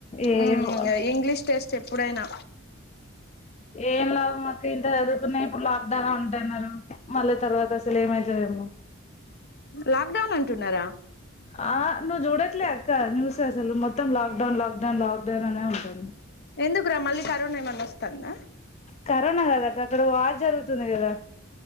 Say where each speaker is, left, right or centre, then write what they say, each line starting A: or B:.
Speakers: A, on the left; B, on the left.
A: ఏవో
B: ఉమ్ గ ఇంగ్లీష్ టెస్ట్ ఎప్పుడైనా
A: ఏన్ లాబమ్ మక్క ఇంత అరు ఇప్పుడు లాక్ డౌన్ ఉంటున్నారు మళ్ళీ తర్వాత అసలు ఏమైతదొ ఏమో
B: లాక్డౌన్ అంటున్నారా
A: ఆ నువ్ చూడట్లే అక్క ను అసలు మొత్తం లాక్డౌ లాక్డౌన్ లాక్ డౌన్ అనే ఉంటుంది
B: ఎందుకురా మళ్ళీ కరోనా ఏమన్నా వస్తందా
A: కరోనా కదాక్క అక్కడ వారు జరుగుతుంది కదా